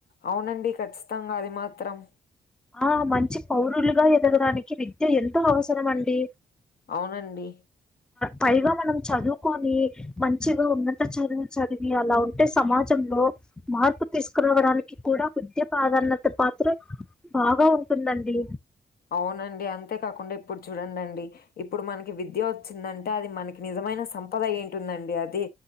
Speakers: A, on the left; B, in the centre.
A: అవునండి ఖచ్చితంగా అది మాత్రం
B: ఆ మంచి పౌరులుగా ఎదగడానికి విద్య ఎం ఎన్తో అవసరం అండి
A: అవునండి.
B: పైగా మనం చదువుకొని మంచిగా ఉన్నత చదువు చదివి అలా ఉంటే సమాజంలో మార్పు తీసుకురావడానికి కూడా విద్య ప్రాధాన్యత పాత్ర బాగా ఉంటుందండి
A: అవునండి అంతేకాకుండా ఇప్పుడు చూడండండి ఇప్పుడు మనకి విద్య వచ్చిందంటే అది మనకి నిజమైన సంపద ఏంటుందండి అది